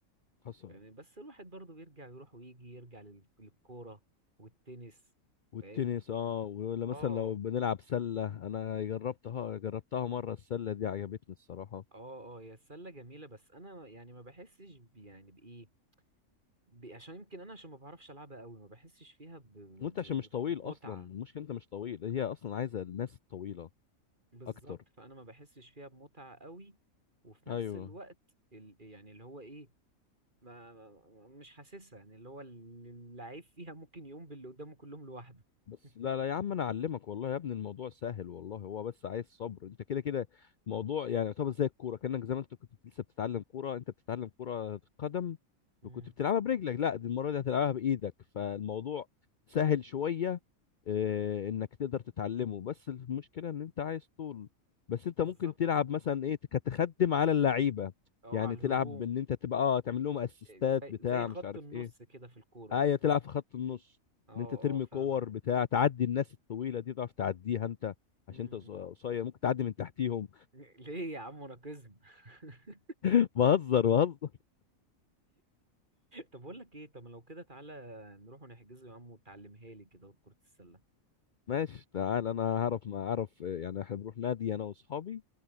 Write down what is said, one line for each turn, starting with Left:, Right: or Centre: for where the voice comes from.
Left: حصل
Right: يعني بس الواحد برضه بيرجع يروح ويجي يرجع لل- للكورة والتنس
Left: والتنس
Right: فاهمني
Left: اه ولا
Right: اه
Left: مثلا لو بنلعب سلة انا جربتها جربتها مرة السلة دي عجبتني الصراحة
Right: اه اه هي السلة جميلة بس انا يعني ما بحسش ب- يعني بايه ب- عشان يمكن انا عشان ما بعرفش العبها قوي ما بحسش فيها ب- ب-
Left: وانت عشان مش
Right: ب-
Left: طويل
Right: بمتعة
Left: اصلا المشكلة انت مش طويل هي اصلا عايزة الناس الطويلة
Right: بالظبط
Left: اكتر
Right: فانا ما بحسش فيها بمتعة قوي وفي نفس
Left: ايوه
Right: الوقت ال... يعني اللي هو ايه ما ما- مش حاسسها يعني اللي هو ال- اللعيب فيها ممكن يقوم باللي قدامه كلهم لوحده
Left: بس
Right: <laughs>
Left: لا لا يا عم انا اعلمك والله يا ابني الموضوع سهل والله هو بس عايز صبر انت كده كده موضوع يعني يعتبر زي الكوره كانك زي ما انت كنت لسه بتتعلم كوره انت بتتعلم كوره قدم
Right: مم.
Left: وكنت بتلعبها برجلك لا دي المره دي هتلعبها بايدك فالموضوع سهل شويه اه انك تقدر تتعلمه بس المشكله ان انت عايز طول بس انت
Right: بالظبط
Left: ممكن تلعب مثلا ايه كتخدم على اللعيبه
Right: اه
Left: يعني
Right: على
Left: تلعب
Right: الهجوم
Left: ان انت تبقى اه تعمل لهم اسيستات
Right: زي
Left: بتاع
Right: زي خط
Left: مش عارف
Right: النص
Left: ايه
Right: كده في الكورة
Left: ايه تلعب في خط النص
Right: اه
Left: ان انت ترمي
Right: اه فاهمك
Left: كور بتاع تعدي الناس الطويله دي تعرف تعديها انت
Right: م-
Left: عشان انت ص-
Right: م.
Left: قصير ممكن تعدي من تحتيهم
Right: <laughs> ليه يا عم راكزم <laughs>
Left: <laughs> بهزر بهزر
Right: طب اقول لك ايه طب لو كده تعالى نروح ونحجزه يا عم وتعلمها لي كده كرة السلة
Left: ماشي تعال انا هعرف ما اعرف يعني احنا بنروح نادي انا واصحابي